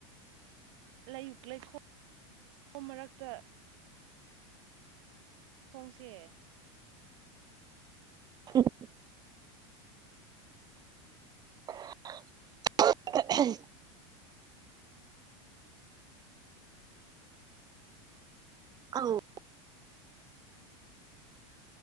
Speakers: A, on the right; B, on the right.
A: ꯂꯩꯈꯣꯝ ꯃꯔꯛꯇ ꯈꯣꯡꯁꯦ
B: ꯍ <inaudible> <inaudible> ꯑꯥꯎ